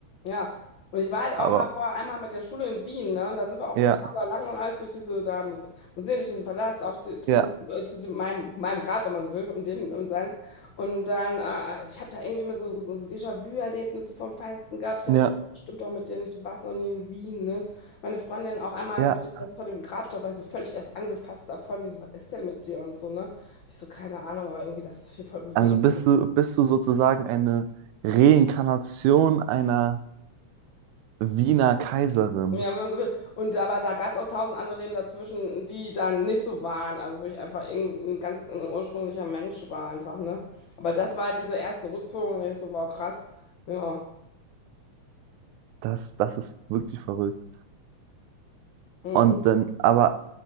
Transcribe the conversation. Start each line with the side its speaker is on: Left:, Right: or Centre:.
Left: Ja, und ich war halt
Right: Aber
Left: auch mal vorher einmal mit der Schule in Wien, ne? Und da sind wir auch
Right: ja,
Left: genau da lang und alles durch diese da Muse- Museen, durch diesen Palast, auch zu, zu,
Right: ja,
Left: diesem, äh, zu dem, meinem, meinem Grab, wenn man so will, und dem und seins. Und dann, äh, ich habe da irgendwie mal so, so, so Déjà-vu-Erlebnisse vom Feinsten gehabt. Ich dachte
Right: ja,
Left: schon, oh, stimmt doch mit dir nicht, du warst noch nie in Wien, ne? Meine Freundin auch einmal,
Right: ja.
Left: als wir das vor dem Grab stand, war ich so völlig angefasst davon, die so, was ist denn mit dir und so, ne? Ich so, keine Ahnung, aber irgendwie das ist hier voll bewegend.
Right: Also bist du, bist du sozusagen eine Reinkarnation einer Wiener Kaiserin?
Left: Ja, wenn man so will. Und aber da gab es auch tausend andere Leben dazwischen, die dann nicht so waren. Also wo ich einfach irgendein ganz ein ursprünglicher Mensch war einfach, ne? Aber das war halt diese erste Rückführung, ich so, wow, krass. Ja.
Right: Das, das ist wirklich verrückt.
Left: hm.
Right: Und dann, aber